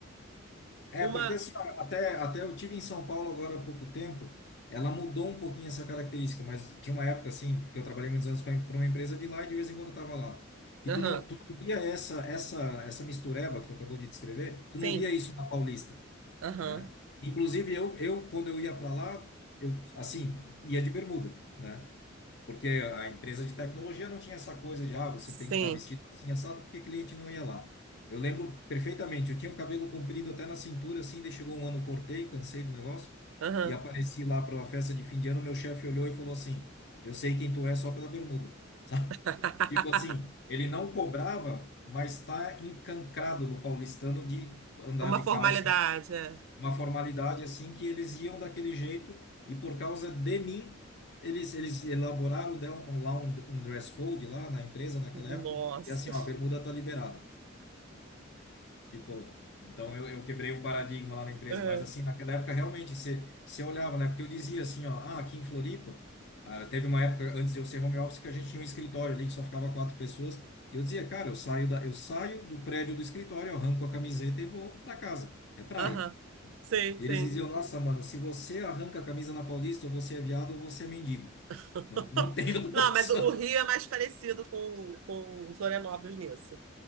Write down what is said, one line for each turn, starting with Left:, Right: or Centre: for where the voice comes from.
Left: É,
Right: Uma,
Left: porque assim, ó, até, até eu tive em São Paulo agora há pouco tempo, ela mudou um pouquinho essa característica, mas tinha uma época, assim, que eu trabalhei muitos anos para uma empresa de lá e de vez em quando eu tava lá. E
Right: aham,
Left: tu não, tu não via essa, essa, essa mistureba que tu acabou de descrever, tu
Right: sim,
Left: não via isso na Paulista,
Right: aham,
Left: né? Inclusive, eu, eu quando eu ia para lá, eu, assim, ia de bermuda, né? Porque a empresa de tecnologia não tinha essa coisa de, ah, você
Right: sim,
Left: tem que estar vestido assim, assado, porque cliente não ia lá. Eu lembro perfeitamente, eu tinha o cabelo comprido até na cintura, assim, daí chegou um ano, cortei, cansei do negócio,
Right: aham.
Left: e apareci lá para uma festa de fim de ano, meu chefe olhou e falou assim, eu sei quem tu é só pela bermuda, sabe?
Right: <laughs>
Left: <laughs> Tipo assim, ele não cobrava, mas tá encancrado no paulistano de andar
Right: Uma
Left: de Hum.
Right: formalidade.
Left: calça
Right: é.
Left: uma formalidade assim que eles iam daquele jeito e por causa de mim eles eles elaboraram né, um, lá um, um dress code lá na empresa naquela
Right: Nossa.
Left: época e assim
Right: <laughs>
Left: ó, a bermuda tá liberada tipo então eu, eu quebrei um paradigma lá na empresa
Right: É.
Left: mas assim naquela época realmente você você olhava né porque eu dizia assim ó ah aqui em Floripa ah, teve uma época antes de eu ser home office que a gente tinha um escritório ali que só ficava quatro pessoas e eu dizia cara eu saio da eu saio do prédio do escritório eu arranco a camiseta e vou para casa é praia
Right: Aham. Sim,
Left: e
Right: sim.
Left: eles diziam, nossa, mano, se você arranca a camisa na Paulista, ou você é viado ou você é mendigo.
Right: <laughs>
Left: Não, não tem outra <laughs>
Right: Não,
Left: opção.
Right: mas o Rio é mais parecido com, com Florianópolis nisso.